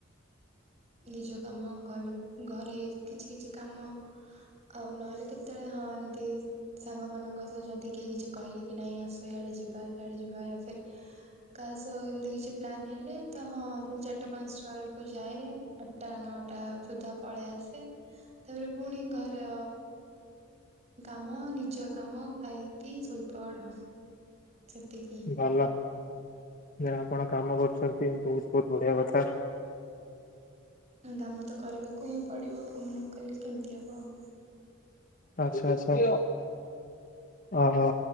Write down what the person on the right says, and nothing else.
ନିଜ କାମ ଘ ଘରେ କିଛି କିଛି କାମ ଆଉ ନହେଲେ କେତେବେଳେ ହଁ ଏମିତି ସାଙ୍ଗ ମାନଙ୍କ ସହ ଯଦି କେହି କିଛି କହିଲେ କି ନାଇଁ ଆସ ଇଆଡେ ଯିବା ସେଆଡେ ଯିବା କାହା ସହ କେମତି କିଛି ପ୍ଲାନ ହେଲେ ତ ହଁ ସେ ଚାରିଟା ପାଞ୍ଚଟା ବେଳକୁ ଯାଏ। ଆଠଟା ନଅଟା ସୁଦ୍ଧା ପଳେଇ ଆସେ ତାପରେ ପୁଣି ଘରେ କାମ ନିଜ କାମ ଖାଇକି ଶୋଇପଡ ସେତିିକି
କାମ ତ କରିବାକୁ ହିଁ ପଡିବ କାମ ନ କଲେ କେମିତି ହବ ଆଉ